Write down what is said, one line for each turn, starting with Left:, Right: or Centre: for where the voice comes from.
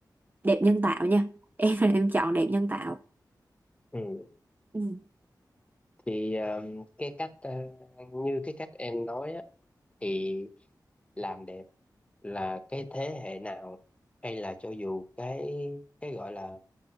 Right: đẹp nhân tạo nha em <laughs> em chọn đẹp nhân tạo
Left: Ừ.
Right: ừ.
Left: thì um, cái cách ờ, như cái cách em nói á thì làm đẹp là cái thế hệ nào hay là cho dù cái cái gọi là